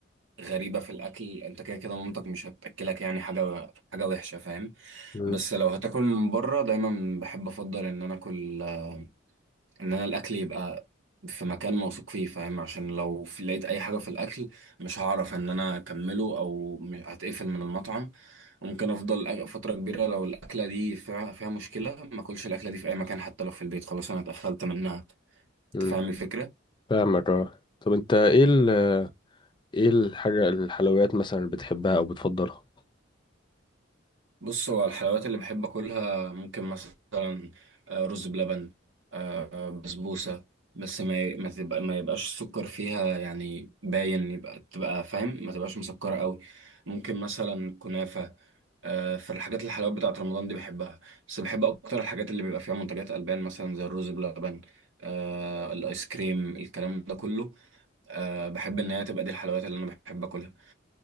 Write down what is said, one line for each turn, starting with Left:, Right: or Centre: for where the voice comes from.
Right: غريبه في الاكل انت كده كده مامتك مش هتاكلك يعني حاجه حاجه وحشه فاهم
Left: مم.
Right: بس لو هتاكل من بره دايما بحب افضل ان انا اكل آه، ان انا الاكل يبقى في مكان موثوق فيه فاهم عشان لو في لقيت اي حاجه في الاكل مش هعرف ان انا اكمله او م- هتقفل من المطعم ممكن افضل أ- فتره كبيره لو الاكله دي فيها, فيها مشكله ما اكلش الاكله دي في اي مكان حتى لو في البيت خلاص انا اتقفلت منها
Left: امم
Right: تفهم الفكره
Left: فاهمك اه طب انت ايه ال ايه الحاجه الحلويات مثلا اللي بتحبها او بتفضلها
Right: بص هو الحلويات اللي بحب اكلها ممكن مثلا آه، رز بلبن آه، بسبوسه بس ما ي- ما تبقى ما يبقاش السكر فيها يعني باين يبقى تبقى فاهم ما تبقاش مسكره قوي ممكن مثلا كنافه آه، فالحاجات الحلويات بتاعت رمضان دي بحبها بس بحب اكتر الحاجات اللي بيبقى فيها منتجات البان مثلا زي الرز بلبن آه، الايس كريم الكلام ده كله آه، بحب ان هي تبقى دي الحلويات اللي انا بحب اكلها